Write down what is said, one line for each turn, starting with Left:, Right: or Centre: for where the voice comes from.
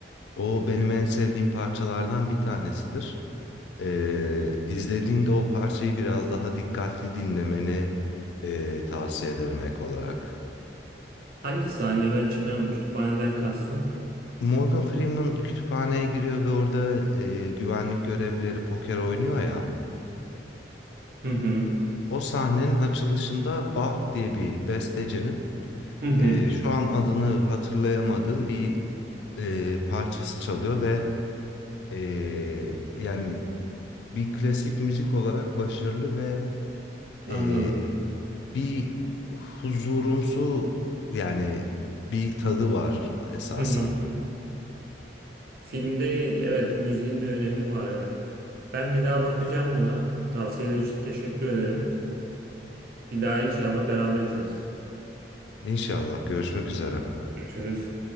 Left: O benim en sevdiğim parçalardan bir tanesidir. Ee, izlediğinde o parçayı biraz daha dikkatli dinlemeni ee, tavsiye ederim ek olarak.
Right: Hangi sahneye ben çıkaramadım? Kütüphaneden kastın?
Left: Morgan Freeman kütüphaneye giriyor ve orada ee, güvenlik görevlileri poker oynuyor ya.
Right: Hı hı.
Left: O sahnenin açılışında Bach diye bir bestecinin
Right: Hı hı.
Left: e, şu an adını hatırlayamadığım bir e, parçası çalıyor ve e, yani bir klasik müzik olarak başarılı ve
Right: Anladım.
Left: e, bir huzurumsu yani bir tadı var esasen.
Right: Hı hı. Filmde evet müziğin de önemi var evet. Ben bir daha bakacağım buna. Tavsiyelerin için teşekkür ederim. Bir daha inşallah beraber izleriz.
Left: İnşallah görüşmek üzere.
Right: Görüşürüz.